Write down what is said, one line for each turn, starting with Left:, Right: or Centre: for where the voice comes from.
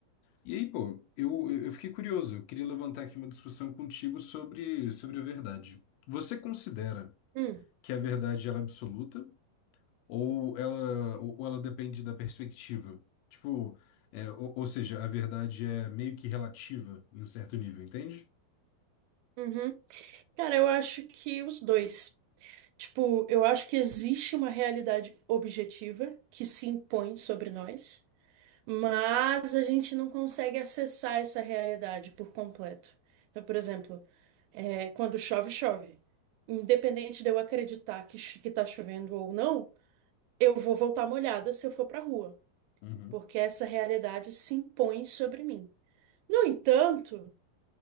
Left: E aí, pô, eu, eu fiquei curioso, eu queria levantar aqui uma discussão contigo sobre, sobre a verdade. Você considera
Right: Hum,
Left: que a verdade ela é absoluta ou ela, ou ou ela depende da perspectiva? Tipo, é, ou, ou seja, a verdade é meio que relativa em um certo nível, entende?
Right: uhum. Cara, eu acho que os dois. Tipo, eu acho que existe uma realidade objetiva que se impõe sobre nós, mas a gente não consegue acessar essa realidade por completo. Então, por exemplo, é, quando chove, chove. Independente de eu acreditar que, cho- que tá chovendo ou não, eu vou voltar molhada se eu for pra rua,
Left: Uhum,
Right: porque essa realidade se impõe sobre mim. No entanto,